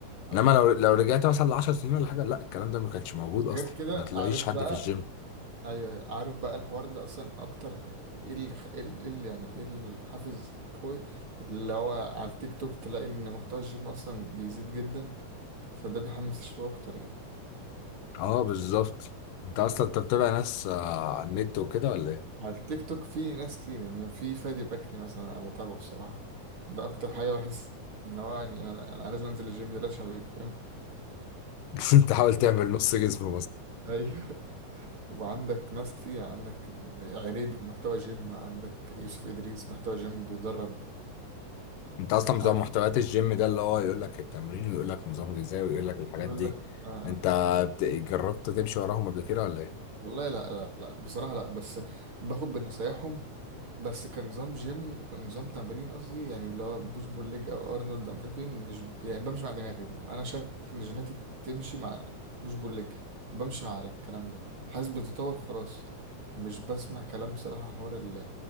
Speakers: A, on the right; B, on the left.
A: ايوه
B: انما لو لو رجعت مثلا ل 10 سنين ولا حاجه لا الكلام ده ما كانش موجود
A: وغير
B: اصلا
A: كده
B: ما تلاقيش
A: عارف
B: حد
A: بقى
B: في الجيم
A: ايوه أيوة. عارف بقى الحوار ده اصلا اكتر ايه اللي خ... ايه اللي إيه اللي يعني ايه الحافز القوي اللي هو على التيك توك تلاقي ان محتوى الجيم اصلا بيزيد جدا فده بيحمس الشباب اكتر يعني
B: اه بالظبط انت اصلا انت بتتابع ناس آه، على النت وكده ولا ايه؟
A: على التيك توك في ناس كتير يعني في فادي بكري مثلا انا بتابعه بصراحه ده اكتر حاجه بحس ان هو يعني انا انا لازم انزل الجيم دلوقتي عشان أبقى- فاهم
B: <laughs> انت حاول
A: <laughs>
B: تعمل نص جسم
A: ايوه وعندك ناس كتير عندك عريبي محتوى جيم عندك يوسف ادريس محتوى جيم بيدرب
B: انت اصلا بتوع
A: عارف
B: محتويات الجيم ده اللي هو يقول لك التمرين ويقول لك نظام غذائي ويقول لك الحاجات
A: يقول
B: دي
A: لك آه. آه.
B: انت بت- جربت تمشي وراهم قبل كده ولا ايه؟
A: والله لا لا لا بصراحة لا بس باخد بنصايحهم بس كنظام جيم كنظام تمرين قصدي يعني اللي هو بوش بول ليج او ارنولد او مش عارف ايه مش يعني بمشي مع دماغي انا شايف ان جيناتي تمشي مع بوش بول ليج بمشي على الكلام ده حاسس بتطور خلاص مش بسمع كلام بصراحة حوار ال-